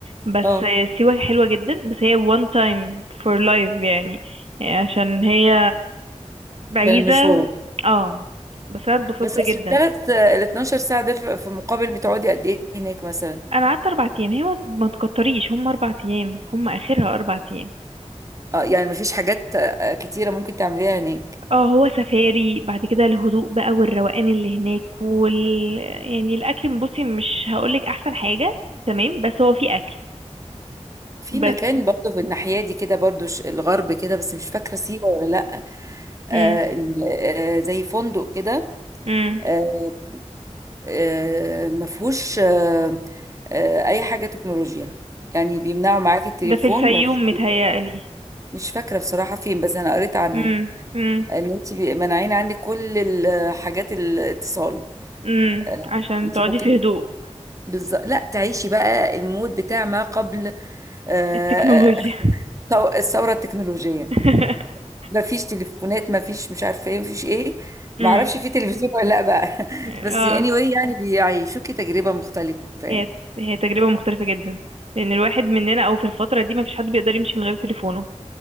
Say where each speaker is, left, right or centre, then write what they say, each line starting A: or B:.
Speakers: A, on the right; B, on the right.
A: بس
B: اه
A: سيوة حلوة جدا بس هي one time for life يعني عشان هي بعيدة
B: عشان المشوار
A: و... اه بس انا اتبسطت
B: بس اصل
A: جدا
B: الثلاث ال 12 ساعه دول في في مقابل بتقعدي قد ايه هناك مثلا
A: انا قعدت اربع ايام هي ما ما تكتريش هم اربع ايام هم اخرها اربع ايام
B: اه يعني مفيش حاجات آه، كتيره ممكن تعمليها هناك
A: اه هو سفاري بعد كده الهدوء بقى والروقان اللي هناك وال يعني الاكل بصي مش هقولك احسن حاجة تمام بس هو في اكل
B: في مكان
A: بس
B: برضه في الناحيه دي كده برضه ش- الغرب كده بس مش فاكره سيوه ولا لا آه
A: امم
B: إن- آه زي فندق كده
A: امم
B: آه آه مفهوش آه آه اي حاجه تكنولوجيا يعني بيمنعوا معاك التليفون
A: ده في الفيوم
B: مفهوش
A: متهيألي
B: مش فاكرة بصراحة فين بس أنا قريت عنها
A: امم امم
B: إن أنت مانعين عندك كل الحاجات الاتصال
A: امم
B: آه،
A: عشان
B: أنت
A: تقعدي
B: ممكن
A: في هدوء
B: بالظبط لا تعيشي بقى المود بتاع ما قبل آه،
A: التكنولوجيا
B: <laughs> ثو- الثورة التكنولوجية
A: <laughs>
B: مفيش تليفونات مفيش مش عارفة إيه مفيش إيه
A: امم
B: معرفش في تلفزيون ولا لأ بقى <laughs>
A: اه
B: بس anyway يعني بيعيشوكي تجربة مختلفة يعني
A: هي هي تجربة مختلفة جدا لأن الواحد مننا أو في الفترة دي مفيش حد بيقدر يمشي من غير تليفونه